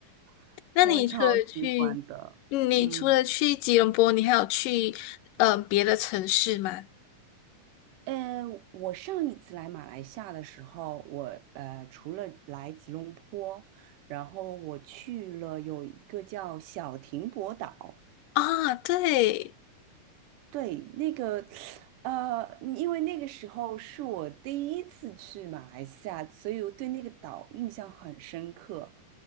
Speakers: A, on the right; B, on the left.
A: <laughs>
B: 那你除了去，
A: 我超喜欢的。
B: 嗯你除了去吉隆坡，
A: 嗯。
B: 你还有去呃别的城市吗？
A: 呃，我上一次来马来西亚的时候，我呃除了来吉隆坡，然后我去了有一个叫小停泊岛，
B: 啊，对，
A: 对，那个呃，因为那个时候是我第一次去马来西亚，所以我对那个岛印象很深刻。